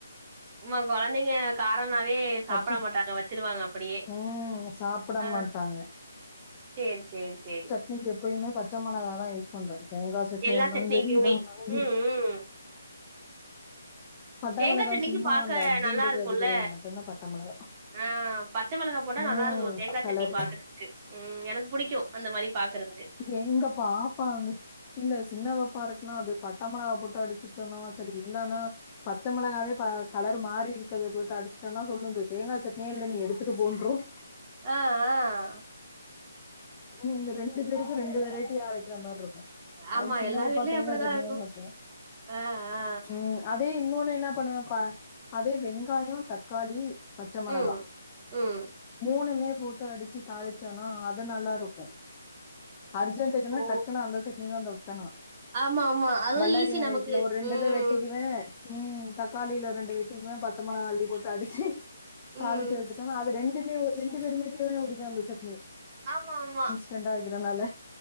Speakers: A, on the right; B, on the left.
A: மா கொழந்தைங்க காரனாவே சாப்பிட
B: பச்சை
A: மாட்டாங்க வச்சிருவாங்க அப்படியே
B: ம் சாப்பிட
A: ஆ
B: மாட்டாங்க
A: சேரி சேரி சேரி
B: இன்னைக்கு எப்பயுமே பச்ச மெளகா தா யூஸ் பண்றே தேங்கா சட்னியா
A: எல்லா
B: இருந்தாலு
A: சட்னிக்குமே.
B: சரி இதா இருந்தாலு சரி
A: ம், ம்
B: பட்டை
A: தேங்கா
B: மிளகா
A: சட்னிக்கு
B: சும்மா
A: பாக்க
B: அந்த அர்ஜென்ட்டுக்கு
A: நல்லா இருக்குல்ல
B: அடிக்கிறதுக்கு மட்டும்தான் பட்டை மிளகா
A: ஆ பச்ச மிளகா போட்டா
B: ம்
A: நல்லா இருக்கும் தேங்கா
B: கலரு
A: சட்னி பாக்குறதுக்கு ம் எனக்கு புடிக்கும் அந்த மாரி பாக்குறது
B: எங்க பாப்பா வ இல்ல சின்னவப்பா இருக்குன்னா அது பட்ட மளாவா போட்டு அடிச்சுட்டனும் சரி இல்லன்னா பச்ச மொளகாவே ப கலர் மாறி இருக்கத போட்டு அடிச்சுட்டோனா சொல்லும் இந்த தேங்காச்சட்னியே இல்ல நீ எடுத்துட்டு போன்ரும்
A: ஆ ஆ
B: ம் இங்க ரெண்டு பேருக்கு ரெண்டு வெரைட்டி அரைக்கிற மாறிருக்கும்
A: ஆமா
B: அது சின்ன
A: எல்லார்
B: பப்பா
A: வீட்லயு
B: தேங்காச்
A: அப்டிதா
B: சட்ணிதா
A: இருக்கு
B: சாப்டும்
A: ஆ ஆ
B: ம் அதே இன்னொன்னு என்னா பண்ணுவப்ப அதே வெங்காயோ தக்காளி பச்ச மொளகா
A: ம் ம்
B: மூணுமே போட்டு அடிச்சு தாளிச்சோனா அது நல்லா இருக் க்கும் அர்ஜென்ட்டுக்குனா
A: ஓ
B: டக்குனு அந்த சட்னிதா வந்து வப்பெனா
A: ஆமா ஆமா அதுவு
B: பல்லாரி
A: ஈஸி
B: வெங்காயத்துல
A: நமக்கு
B: ஒரு ரெண்டுயித
A: ம்
B: வெட்டிக்கிவே ம் தக்காளியில ரெண்டு வெட் டிக்குவே பச்சமொளகா அள்ளி போட்டு அடிச்சி
A: ம்
B: தாளிச்சிவச்சிட்டமா அது ரெண்டுமே ரெண்டு பேருமீட்டயுமே புடிக்கும் அந்த சட்னி
A: ஆமா ஆமா
B: டெண்டா வக்கிறனால